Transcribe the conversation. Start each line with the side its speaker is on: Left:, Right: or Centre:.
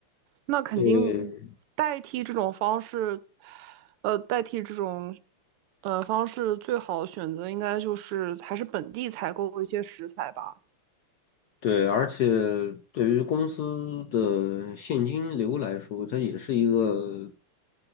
Right: 那肯定代替这种方式，
Left: 对，
Right: 呃，代替这种呃方式最好的选择应该就是还是本地采购一些食材吧。
Left: 对，而且对于公司的现金流来说，它也是一个